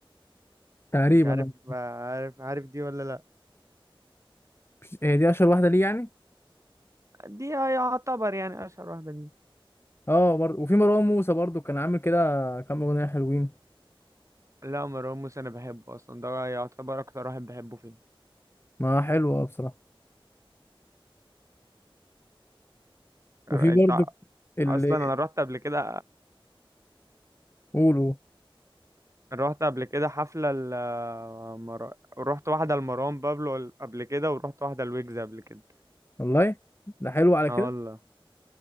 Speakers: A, on the left (about 25°); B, on the right (about 35°).
A: تقريبا
B: مش عارف
A: آه.
B: عارف عارف دي ولا لا
A: مش- هي دي اشهر واحده ليه يعني
B: دي يعتبر يعني اشهر واحده دي
A: اه برضه وفي مروان موسى برضه كان عامل كده كام اغنيه حلوين
B: لا مروان موسى انا بحبه اصلا ده يعتبر اكتر واحد بحبه فيه
A: ما حلوه بصراحه وفي
B: انت
A: برضه اللي
B: اصلا انا رحت قبل كده
A: قولوا
B: رحت قبل كده حفله ل... مر... رحت واحده لمروان بابلو قبل كده ورحت واحده لويجز قبل كده
A: والله ده حلو على
B: اه
A: كده
B: والله